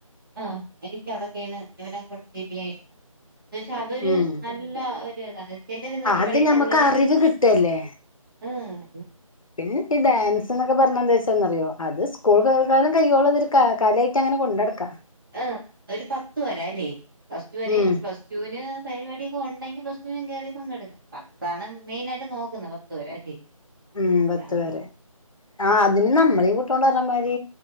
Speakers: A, on the right (about 40°); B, on the left (about 70°).
A: ആ എനിക്ക് അതൊക്കെയാണ് ഇവനെ കൊണ്ട് ചെയ്യിപ്പിക്കാൻ ഇഷ്ടം എന്ന് വെച്ചാ അതൊരു
B: ഉം
A: ന ല്ലാ ഒരു ഇതാണ് <unintelligible>
B: അത്
A: പഠിക്കുന്ന
B: ഞമ്മക്ക്
A: പിള്ളേര്
B: അറിവ് കിട്ടല്ലേ
A: ആ ഉം
B: പിന്നെ <unintelligible> ഡാൻസ് എന്നൊക്കെ പർഞ്ഞ എന്താ വെച്ചാന്നറിയോ അത് സ്കൂൾ കാലം കയ്യോളം ഒരു കലായ്ട്ട് അങ്ങനെ കൊണ്ടടക്കാ.
A: ആ ഒരു പത്ത് വരെ അല്ലേ പ്ലസ് ടു വരെ
B: ഉം
A: പ്ലസ് ടൂന് പരിപാടിയൊക്കെ ഉണ്ടെങ്കിൽ പ്ലസ് ടുവിനും കേറി പങ്കെടുക്കാം. പത്താണ് മെയിൻ ആയിട്ട് നോക്കുന്നത് പത്ത് വരേ അല്ലേ?
B: ഉം
A: അല്ലാതെ
B: പത്ത് വരേ. ആ അതിന് നമ്മളെ <unintelligible>